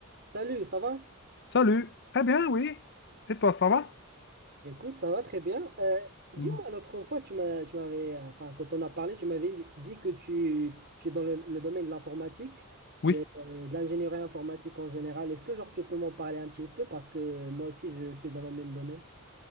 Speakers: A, on the right (about 50°); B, on the left (about 55°).
A: Salut, ça va?
B: Salut. Très bien, oui. Et toi, ça va?
A: Écoute, ça va très bien. Euh, dis-moi,
B: Mm.
A: l'autre fois, tu m'as, tu m'avais, euh, enfin, quand on a parlé, tu m'avais dit que tu, tu es dans le, le domaine de l'informatique,
B: Oui,
A: euh, de l'ingénierie informatique en général. Est-ce que, genre, tu peux m'en parler un petit peu? Parce que moi aussi, je suis dans le même domaine.